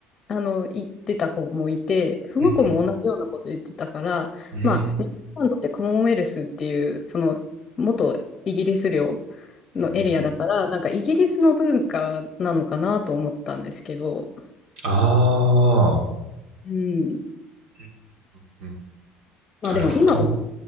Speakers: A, on the left (about 35°); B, on the right (about 75°).
A: あの行ってた子もいて、その子も同じようなこと言ってたから、
B: うんうん、うん、
A: まあ、ニュージーランドってコモンウェルスっていう、その元イギリス領のエリアだから、
B: うんうん
A: なんかイギリスの文化なのかなと思ったんですけど、
B: ああ
A: うん。
B: ー、うんうん
A: まあでも今はね
B: なるほど。